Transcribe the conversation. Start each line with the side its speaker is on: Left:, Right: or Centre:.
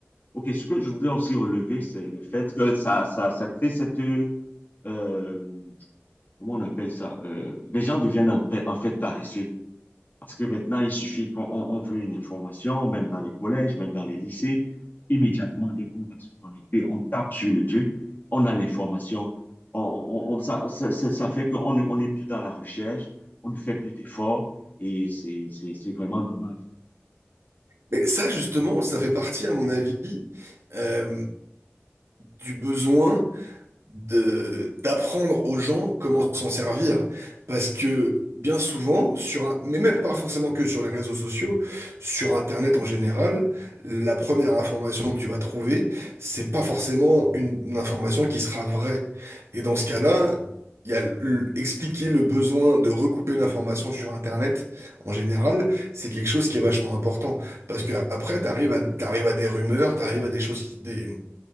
Left: OK, ce que je voudrais aussi relever, c'est le fait que ça, ça, ça crée cette... euh, comment on appelle ça? Euh, les gens deviennent en, pa- en fait paresseux. Parce que maintenant, il suffit qu'on on- on veut une information, même dans les collèges, même dans les lycées. Immédiatement, dès qu'on va se connecter, on tape sur le truc, on a l'information. On, on- on- ça, ça, ça- ça fait qu'on ne- on n'est plus dans la recherche, on ne fait plus d'efforts et c'est c'est- c'est vraiment dommage.
Right: Mais ça, justement, ça fait partie, à mon avis, euh, du besoin de- d'apprendre aux gens comment s'en servir. Parce que bien souvent, sur un, mais même pas forcément que sur les réseaux sociaux, sur Internet en général, la première information que tu vas trouver, c'est pas forcément une, une information qui sera vraie. Et dans ce cas-là, il y a l- expliquer le besoin de recouper l'information sur Internet en général, c'est quelque chose qui est vachement important. Parce que après, t'arrives à, t'arrives à des rumeurs, t'arrives à des choses qui, des,